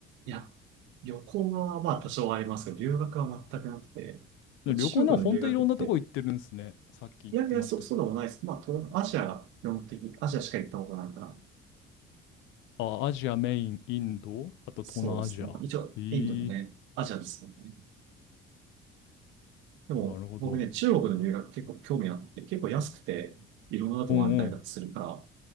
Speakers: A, on the right; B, on the left.
A: いや、旅行はまあ多少はありますけど、留学は全くなくて、
B: で旅行でも本当いろんなとこ行ってるんですね。
A: 中国の留学って、
B: さっき言ってましたけ
A: いやいや、そ、そうでもないです。まあ、東南アジアが基本的に、アジアしか行ったことないから、
B: ど。あ、アジアメイン、インド、あと東南アジア。
A: そうですね。まあ、一応、
B: へえ、
A: インドもね、アジアですもんね。でも、
B: なるほど。
A: 僕ね、中国の留学結構興味あって、結構安くて、いろんなとこ回れたりとかするから、
B: うんうん。